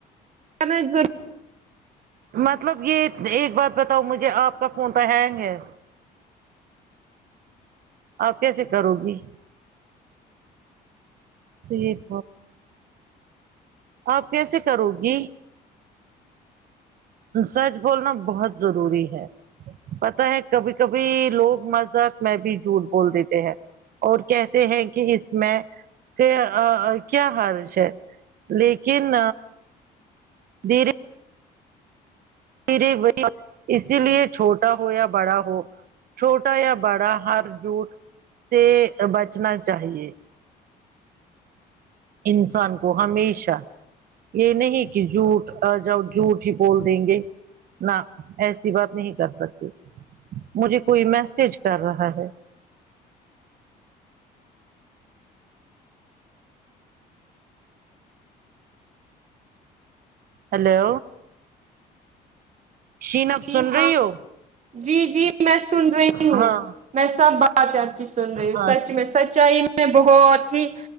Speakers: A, on the right; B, on the right.
A: <unintelligible>
B: مطلب یہ ایک بات بتاؤ مجھے آپ کا فون تو ہینگ ہے آپ کیسے کرو گی یک آپ کیسے کرو گی سچ بولنا بہت ضروری ہے پتا ہے کبھی کبھی لوگ مذہق میں بھی جھوٹ بول دیتے ہیں اور کہتے ہیں کہ اس میں کیا حرض ہے لیکن دھیر ے وہ اسی لیے چھوٹا ہو یا بڑا ہو چھوٹا یا بڑا ہر جوٹ سے بچنا چاہیے انسان کو ہمیشہ یہ نہیں کہ جھوٹ جؤ جھوٹ ہی بول دیں گے نہ ایسی بات نہیں کر سکتے مجھے کوئی میسج کر رہا ہے ہیلو شینب
A: جی
B: سن
A: ہاں
B: رہی ہو
A: جی جی میں سن رہی ہوں
B: ہاں
A: میں سب بات آد کی سن رہی ہوں
B: ہاں
A: سچ میں سچ آئی میں بہت ہی